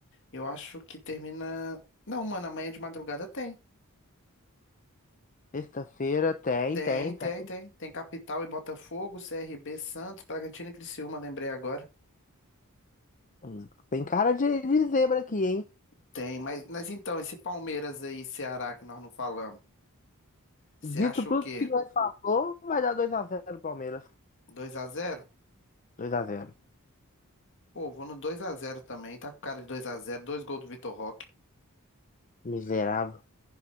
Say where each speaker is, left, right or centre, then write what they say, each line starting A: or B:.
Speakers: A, on the left; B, on the left.
A: Eu acho que termina. Não, mano, amanhã de madrugada tem.
B: Sexta-feira tem,
A: Tem,
B: tem,
A: tem,
B: tem.
A: tem. Tem Capital e Botafogo, CRB, Santos, Bragantino e Criciúma, lembrei agora.
B: Hum. Tem cara de, de zebra aqui, hein?
A: Tem, mas, mas então, esse Palmeiras aí, Ceará, que nós não falamos. Você
B: Dito
A: acha
B: tudo
A: o quê?
B: que nós falou, vai dar 2x0 Palmeiras.
A: dois a zero
B: Dois a zero.
A: Pô, vou no dois a zero também. Tá com cara de dois a zero Dois gols do Vitor Roque.
B: Miserável.